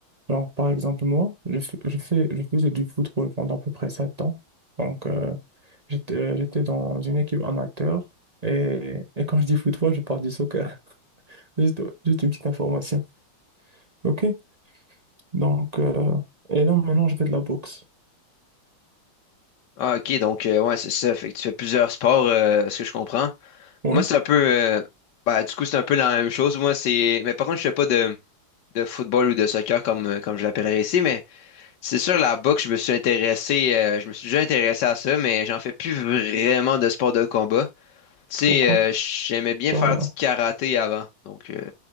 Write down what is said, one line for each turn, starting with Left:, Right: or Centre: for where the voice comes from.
Right: Genre, par exemple, moi, je, fais, je fais- je faisais du football pendant à peu près 7 ans. Donc, euh, j'étais, euh, j'étais dans une équipe amateur. Et, et quand je dis football, je parle du soccer. <laughs> Juste, juste une petite information. OK? Donc, euh, et là, maintenant, je fais de la boxe.
Left: Ah, ok, donc euh, ouais, c'est ça. Fait que tu fais plusieurs sports, euh, ce que je comprends.
Right: Oui.
Left: Moi, c'est un peu euh, bah, du coup, c'est un peu la même chose. Moi, c'est. Mais par contre, je fais pas de, de football ou de soccer comme, euh, comme je l'appellerais ici, mais c'est sûr la boxe, je me suis intéressé, euh, je me suis déjà intéressé à ça, mais j'en fais plus vraiment de sport de combat. Tu sais,
Right: Pourquoi?
Left: euh, j'aimais bien
Right: T'as-
Left: faire du karaté avant. Donc euh,